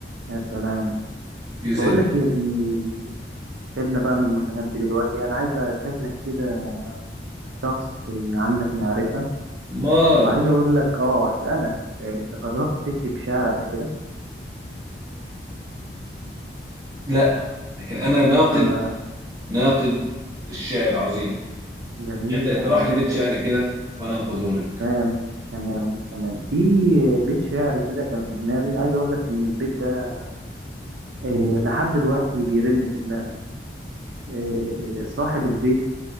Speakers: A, on the right (about 85°); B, on the right (about 20°).
A: يا سلام
B: إذا
A: بقول لك ايه يا زميلي سيبنا بقى من المتنبي دلوقتي انا عايز شكلك كده شخص عندك معرفة
B: ما
A: وعايز اقول لك اه هسألك انت جربت تكتب شعر قبل كده
B: لا لكن أنا ناقد
A: ما-
B: ناقد للشعر العظيم
A: جميل
B: يعني انت تروح
A: جميل
B: لبيت شعري
A: انت
B: كده وانا انقده لك
A: تمام تمام تمام في بيت شعر كده كان في دماغي عايز اقول لك ان البيت ده آه، لحد دلوقتي بيرن في دماغي آه، صاحب البيت